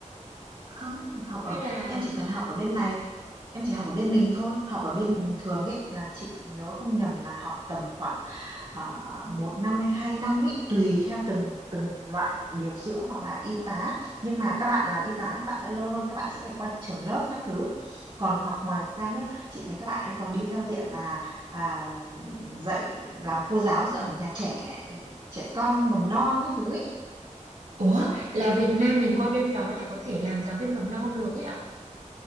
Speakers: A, on the right; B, on the right.
A: Không, học ở
B: hay là
A: em chỉ cần học ở bên này, em chỉ học ở bên mình thôi, học ở bên mình thường ấy là chị nhớ không nhầm là học tầm khoảng à, 1 năm hay 2 năm ấy, tùy theo từng từng loại điều dưỡng hoặc là y tá. Nhưng mà các bạn làm y tá các bạn sẽ lâu hơn, các bạn sẽ phải qua trường lớp các thứ. Còn hoặc ngoài ra nhá, chị thấy các bạn ấy còn đi theo diện là, à, dạy làm cô giáo ở nhà trẻ trẻ con mầm non các thứ ấy.
B: ủa là Việt Nam mình qua bên đó là có thể làm giáo viên mầm non được ấy ạ